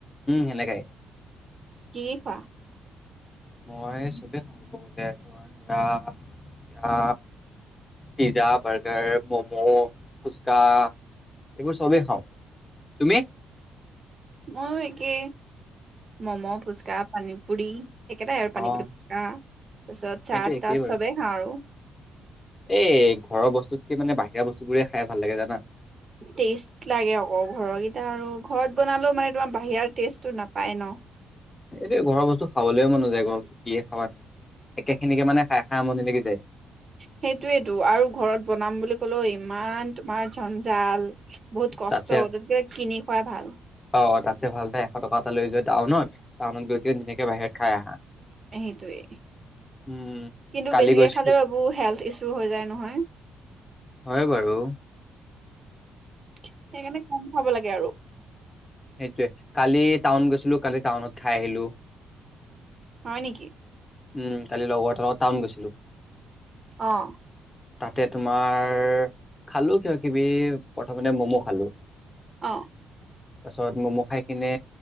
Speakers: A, on the left; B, on the right.
A: সেনেকাই।
B: কি খোৱা
A: মই চবেই সম ক বলে তমাৰ ধৰা এয়া পিজ্জা বাৰ্গাৰ ম'ম' ফুচকা এইবোৰ চবেই খাওঁ তুমি
B: ময়ো একে ম'ম' ফুচকা পানী পু়ৰি একেটাই আৰু
A: অ',
B: পানী পুট পিচা তাৰপিছত
A: সেইটো
B: চাহ
A: একেই
B: তাত
A: বাৰু।
B: চবেই খাওঁ আৰু
A: এই ঘৰৰ বস্তুতকে মানে বাহিৰা বস্তু বোৰে খাই ভাল লাগে জানা।
B: টেষ্ট লাগে আকৌ ঘৰৰকেইটা আৰু ঘৰত বনালেও মানে তোমাৰ বাহৰা টেষ্টটো নাপায় ন।
A: এইটো ঘৰৰ বস্তু খাবলৈয় মন নযায় ঘৰৰ বস্তু কিয়ে খাবা নো একেখিনিকে মানে খাই খাই আমনি লাগি যায়।
B: সেইটোৱেটো আৰু ঘৰত বনাম বুলি ক'লেও ইমান তোমাৰ ঝঞ্জাল বহুত কষ্ট
A: তাতছে
B: তাতকে কিনি খোৱাই ভাল।
A: অ তাতছে ভাল তাই এশ টকা এটা লৈ যোৱা টাউনত, টাউনত গৈ কিনে ধুনীয়াকে বাহিৰত খাই আহা।
B: সেইটোৱে
A: উম
B: কিন্তু
A: কালি
B: বেছিকে
A: গৈছিলো
B: খালে বাবু হেল্থ ইছু হৈ যায় নহয়।
A: হয় বাৰু
B: সেইকাৰণে কম খাব লাগে আৰু।
A: সেইটোয়ে কালি টাউন গৈছিলো কালি টাউনত খাই আহিলো।
B: হয় নিকি।
A: উম কালি লগৰ লগত টাউন গৈছিলো।
B: আহ।
A: তাতে তোমাৰ, খালো কিবা কিবি প্ৰথমে ম'ম' ভালো
B: অ।
A: তাৰিছত ম'ম' খাই কিনে